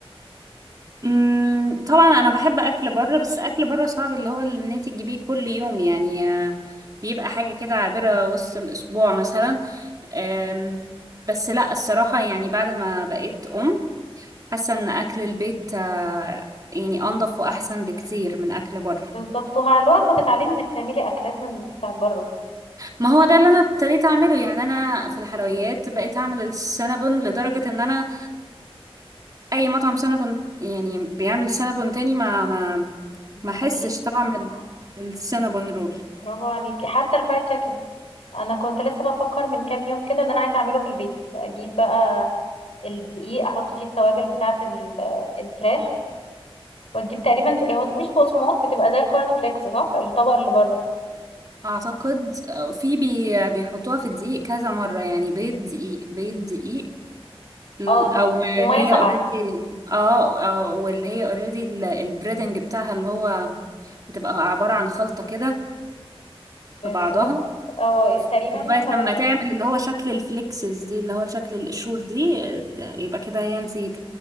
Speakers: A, on the right; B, on the left.
A: مم، طبعا انا بحب اكل بره بس اكل بره صعب اللي هو اللي ان انت تجيبيه كل يوم يعني آه، بيبقى حاجه كده عابره وسط الاسبوع مثلا آم، بس لا الصراحه يعني بعد ما بقيت ام حاسه ان اكل البيت آه، يعني انضف واحسن بكتير من اكل بره
B: بالظبط ومع الوقت هتتعلمي انك تعملي اكلات من بتاعت بره
A: ما هو ده اللي انا ابتديت اعمله يعني انا في الحلويات بقيت اعمل السينابون لدرجة ان انا اي مطعم سينابون يعني بيعمل سينابون تاني ما ما ما
B: ما
A: حسش
B: تاكليش
A: طعم
B: منها
A: ال- السينابون رول
B: برافو عليكي حتى الفرايد تشيكن انا كنت لسه بفكر من كام يوم كده ان انا عايزه اعمله في البيت اجيب بقى الدقيق احط فيه التوابل بتاعه ال- الفراخ وتجيب تقريبا زي هو مش بقسماط بتبقى زي الكورن فليكس صح الطبق اللي بره
A: اعتقد في بي بيحطوها في الدقيق كذا مرة يعني بيض دقيق بيض دقيق ال-
B: اه
A: او
B: وميه
A: هي
B: ساقعه
A: اوريدي اه آه، واللي هي اوريدي البريدنج بتاعها اللي هو بتبقى عبارة عن خلطة كده
B: بالظبط
A: في بعضها
B: اه تقريبا
A: لغاية
B: توابل
A: لما تعمل اللي هو شكل الفليكسز دي اللي هو شكل القشور دي ده- يبقى كده هي انتي